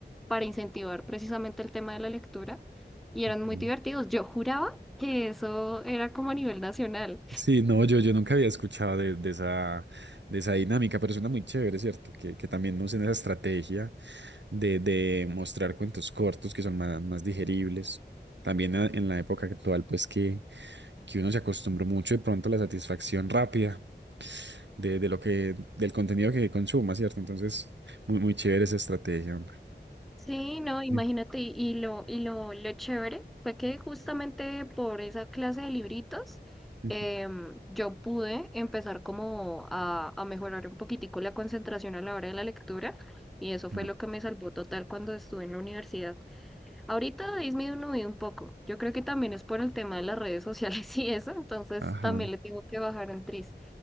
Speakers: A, in the centre; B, on the right.
A: para incentivar precisamente el tema de la lectura y eran
B: ok.
A: muy divertidos. Yo juraba que eso era como a nivel nacional.
B: Sí, no, yo, yo nunca había escuchado de, de esa, de esa dinámica, pero suena muy chévere, ¿cierto? Que, que también usen esa estrategia de, de mostrar cuentos cortos que son más, más digeribles. También a- en la época actual, pues que, que uno se acostumbró mucho de pronto a la satisfacción rápida de, de lo que, del contenido que consuma, ¿cierto? Entonces, muy, muy chévere esa estrategia, hombre.
A: Sí, no, imagínate,
B: Sí.
A: y y lo, y lo, lo chévere fue que justamente por esa clase de libritos
B: Ujú.
A: em, yo pude empezar como a, a mejorar un poquitico la concentración a la hora de la lectura y eso fue
B: Ajá,
A: lo que me salvó total cuando estuve en la universidad. Ahorita ha disminuido un poco. Yo creo que también es por el tema de las redes sociales <laughs> y eso, entonces
B: Ajá,
A: también le tengo que bajar un tris.